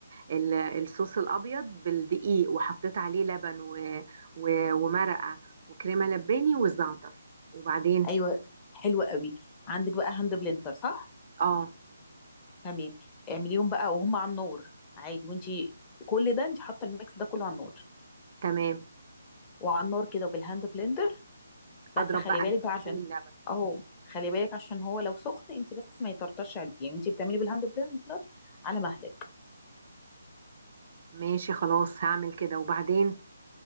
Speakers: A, on the right; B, on the left.
A: ال الصوص الابيض بالدقيق وحطيت عليه لبن و و ومرقه وكريمه لباني والزعتر وبعدين
B: ايوه حلو قوي عندك بقى هاند بلندر صح
A: اه
B: تمام اعمليهم بقى وهم على النار عادي وانتي كل ده انت حاطه الميكس ده كله على النار
A: تمام
B: وعلى النار كده وبالهاند بلندر بس
A: اضرب
B: خلي
A: بقى
B: بالك
A: الدقيق
B: بقى عشان
A: واللبن
B: اهو خلي بالك عشان هو لو سخن انت بس ما يطرطش عليكي وانت بتعملي بالهاند بلندر على مهلك
A: ماشي خلاص هعمل كده وبعدين